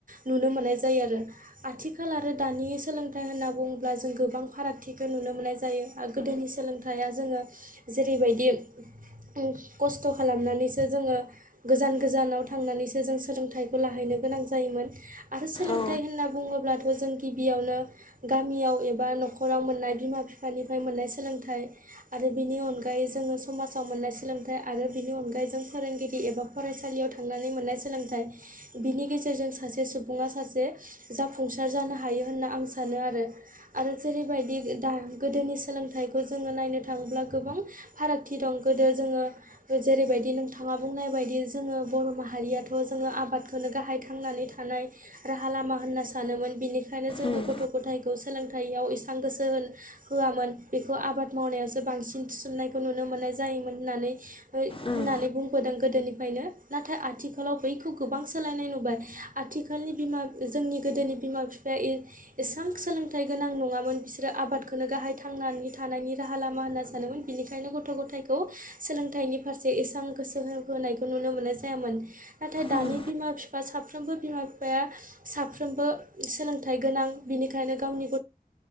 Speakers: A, on the right; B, on the left.
A: नुनो मोननाय जायो आरो आथिखाल आरो दानि सोलोंथाइ होनना बुङोब्ला जों गोबां फारागथि नुनो मोननाय जायो आरो गोदोनि सोलोंथाइ जोङो जेरैबायदि <unintelligible> खसथ' खालामनानैसो जोङो गोजान गोजानाव थांनानैसो जों सोलोंथाइ खौ लाहैनो गोनां जायोमोन आरो सोलोंथाइ
B: औ
A: होनना बुङोब्लाथ' जों गिबियावनो गामियाव एबा न'खराव मोननाय बिमा बिफानिफ्राय मोननाय सोलोंथाइ आरो बेनि अनगा यै जोङो समाजाव मोननाय सोलोंथाइ आरो बिनि अनगायै जों फोरोंगिरि एबा फरायसालियाव थांनानै मोननाय सोलोंथाइ बिनि गेजेरजों सासे सुबुङा सासे जाफुंसार जानो हायो होनना आं सानो आरो आरो जेरैबायदि दा गोदोनि सोलोंथाइखौ जोङो नायनो थाङोब्ला गोबां फारागथि दं गोदो जोङो जेरैबायदि नोंथाङा बुंनाय बायदि जोङो बर' माहारियाथ' जोङो आबाद नो गाहाय थांनानै थानाय राहा लामा होनना सानोमोन बेनिखायनो जोङो
B: उम
A: गथ' गथायखौ सोलोंथाइयाव एसेबां गोसो होन होयामोन बेखौ आबाद मावनायावसो बांसिन थिसननायखौ नुनो मोनो जायोमोन होननानै
B: उम
A: बुंदों गोदोनिफ्रायनो नाथाय आथिखालाव बैखौ गोबां सोलायनाय नुबाय आथिखालनि बिमा जोंनि गोदोनि बिमा बिफाया एसेबां सोलों थाइ‌ गोनां नङामोन बिसोरो आबादखौनो गाहाय थांनानै थानायनि राहा लामा होनना सानोमोन बेनिखायनो गथ' ग'थाय खौ सोलोंथाइनि फारसे इसेबां गोसो हो होनोनायखौ नुनो मोननाय जायामोन नाथाय दानि
B: उम
A: बिमा बिफा साफ्रोमबो बिमा बिफाया साफ्रोमबो सोलोंथाइ गोनां बिनिखायनो गावनि